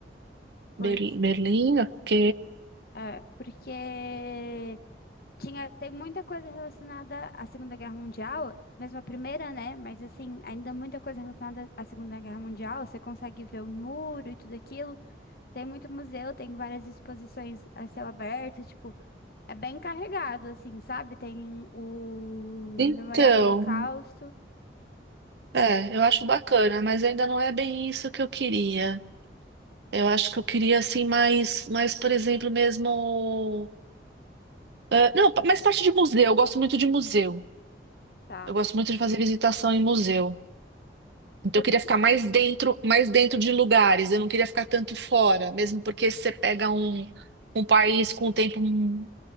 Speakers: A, on the left; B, on the right.
A: porque,
B: Ber- Berlim, ok.
A: ah, porque tinha, tem muita coisa relacionada à Segunda Guerra Mundial, mesmo a primeira, né? Mas assim, ainda muita coisa relacionada à Segunda Guerra Mundial. Você consegue ver o muro e tudo aquilo. Tem muito museu, tem várias exposições a céu aberto, tipo, é bem carregado, assim, sabe? Tem o
B: Então,
A: Memorial do Holocausto,
B: é, eu acho bacana, mas ainda não é bem isso que eu queria. Eu acho que eu queria, assim, mais, mais, por exemplo, mesmo. ah, não, pa- mais parte de museu. Eu gosto muito de museu.
A: tá?
B: Eu gosto muito de fazer visitação em museu. Então,
A: Porque.
B: eu queria ficar mais dentro, mais dentro de lugares. Eu não queria ficar tanto fora, mesmo porque se você pega um, um país com um tempo hum,